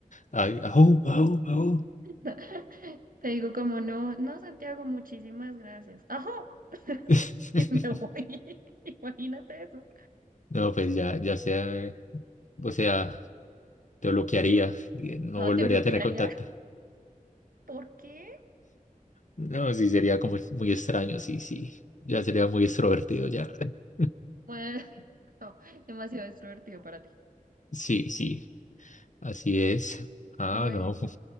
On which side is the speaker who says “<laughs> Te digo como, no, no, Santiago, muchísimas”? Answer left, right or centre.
Right